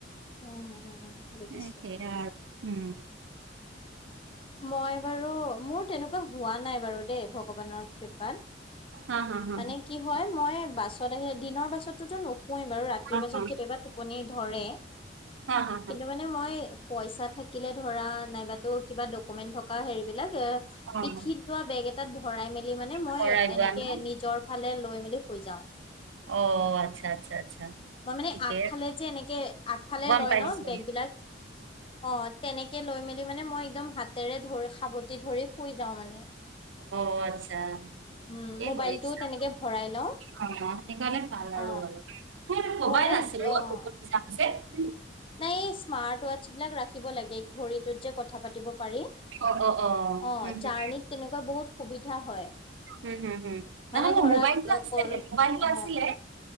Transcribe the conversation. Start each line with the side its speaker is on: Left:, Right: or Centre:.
Left: উম, উম বুজিছোঁ।
Right: এ সেয়া উম।
Left: মই বাৰু, মোৰ তেনেকুৱা হোৱা নাই বাৰু দেই ভগৱানৰ কৃপাত।
Right: হম হু হু।
Left: মানে কি হয়, মই বাছত আহি দিনৰ বাছত টোতো নুশোৱেই বাৰু ৰাতিৰ
Right: হা
Left: বাছত
Right: হা
Left: কেতিয়াবা টোপনি ধৰে। তে
Right: হা হা
Left: কিন্তু মানে মই পইচা থাকিলে ধৰা, নাইবাতো কিবা ডকুমেন্ট থকা হেৰিবিলাক এ
Right: হা
Left: পিঠিত
Right: হা।
Left: লোৱা বেগ এটাত ভৰাই মেলি মানে মই
Right: অ চৰাই যোৱা
Left: এনেকে
Right: ন
Left: নিজৰ ফালে লৈ মেলি শুই যাওঁ।
Right: অ আচ্ছা আচ্ছা আচ্ছা
Left: মই মানে
Right: ঠিকে
Left: আগফালে
Right: আছে,
Left: যে এনেকে আগফালে
Right: গম
Left: লয়
Right: পাইছো
Left: ন বেগ বিলাক অ' তেনেকে লৈ মেলি মানে মই একদম হাতেৰে ধৰি, সাৱটি ধৰি শুই যাওঁ মানে।
Right: অ' আচ্ছা।
Left: উম
Right: কি
Left: মোবাইলটোও
Right: কৰিছা?
Left: তেনেকে ভৰাই লওঁ
Right: অ, সেনেকে ল'লে ভাল
Left: অ
Right: আৰু বাৰু <unintelligible> কবাই
Left: মই মানে
Right: আছিলো <unintelligible>
Left: অ নাই এই স্মাৰ্ট ৱাটচ বিলাক ৰাখিব লাগে, ঘড়ীটোত যে কথা পাতিব পাৰি।
Right: অ অ অ
Left: অ',
Right: উম হম
Left: জাৰ্ণিত তেনেকুৱা বহুত সুবিধা হয়।
Right: উম, হম, হম নহয়
Left: মানে
Right: মোৰ
Left: ধৰা
Right: মোবাইলটো আছে,
Left: কৰ
Right: মোবাইলটো
Left: অ
Right: আছিলে।